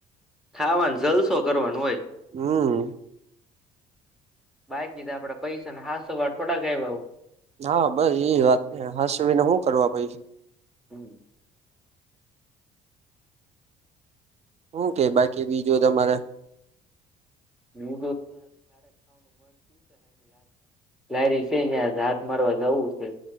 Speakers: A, in the centre; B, on the right (about 45°).
A: ખાવાનું જલસો કરવાનું હોય
B: હમ
A: બાકી તો આપડે પૈસા હાથ સવાર થોડાકું
B: હા બસ એ વાત ને હસવીને હું કરવા પય છે
A: હમ
B: હું કેય બાકી બીજું તમારે
A: <unintelligible> લારી છે હાથ મારવા જવું છે